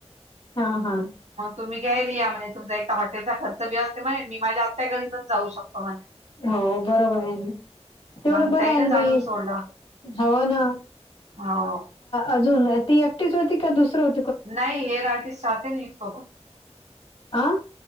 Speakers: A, on the left; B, on the right.
A: हा हा.
B: मग तुम्ही घ्यायल या म्हणे तुमचा एकदा हॉटेलचा खर्च बी असते म्हणे मी माझ्या आत्या घरी पण जाऊ शकतो म्हणे.
A: हो बरोबर आहे तेवढं
B: मग
A: बरं
B: ताईनच
A: आहे ना भाई.
B: आणून सोडलं
A: हो ना
B: हो
A: अजून ती एकटीच होती का दुसरं होत.
B: नाही हेर आर्टिस्ट राह ना सोबत
A: आं.